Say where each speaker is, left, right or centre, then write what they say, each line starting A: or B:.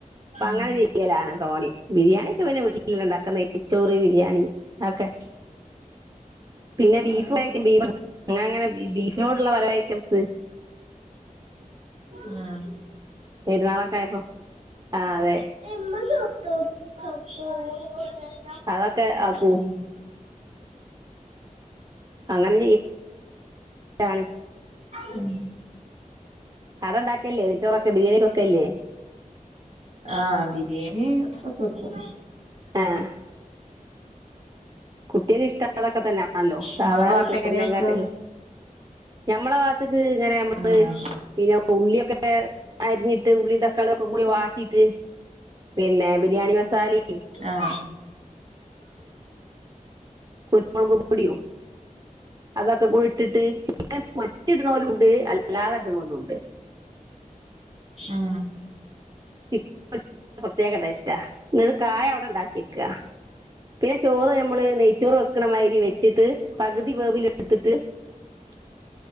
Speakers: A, on the right; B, on the right.
A: അപ്പൊ
B: ഉം
A: അങ്ങനെ ചെയ്യലാണ് തോണി ബിരിയാണിക്കെ പിന്നെ വീട്ടില ഉണ്ടാക്കുന്നേച്ചോറി ബിരിയാണി ഒക്കെ പിന്നെ ബീഫ്
B: ആഹ്
A: കും ബീഫ് അങ്ങ <unintelligible> നെ അങ്ങനെ ബീഫിനോടുള്ള പല ഐറ്റംസ്
B: ആഹ
A: പെരുന്നാളൊക്കെ ആയപ്പോൊ ആ അതെ
B: <inaudible>
A: അതൊക്കെ ആക്കൂ
B: ഉം
A: അങ്ങനെ ചെയ്യലാണ്
B: ഉം
A: കട ഉണ്ടാക്കല്ലേ ഇരിച്ചോറൊെ ബിരിയാണിൊക്കല്ലേ
B: ആഹ ബിരിയാണി ഒക്കെ വക്കും
A: ആഹ കുട്ടികൾക്ക് ഇഷ്ട അതൊക്കെ തന്നെയാണല്ലോ സാധാരണ
B: നിങ്ങളെ ഭാഗത്ത്
A: ചോറിനേെ
B: എങ്ങനെ വെക്കാ
A: കാട്ടിലും ഞമ്മളെ ഭാഗത്തി്ന് ഇങ്ങനെ നമ്മള്
B: ഉം
A: പിന്നെ ഉള്ളിയൊക്കെ ഒ അരിഞ്ഞിട്ട് ഉള്ളിും തക്കാളിയ ഒക്കെ കൂടി വാട്ടിയിട്ട് പിന്നെ ബിരിയാണി മസാലിം
B: ആഹ
A: കുരുമുളക് പൊടിയും അതൊക്കെ കൂടെ ഇട്ടിട്ട് ചിക്കൻ പൊരിച്ച് ഇട്ടണ വരും ഉണ്ട് അല്ലാതെ ഇടണ വരു പോലും ഉണ്ട്
B: ആഹ
A: ചിക്കൻ പ്രത്യേക ടേസ്റ്റ ആ ഇത് കായ അവിടെ ഉണ്ടാക്കി വെക്കുക പിന്നെ ചോറ് നമ്മള് നെയ്ച്ചോറ് വെക്കണമാതിരി വെച്ചിട്ട് പകുതി വേവില എടുത്തിട്ട് <unintelligible>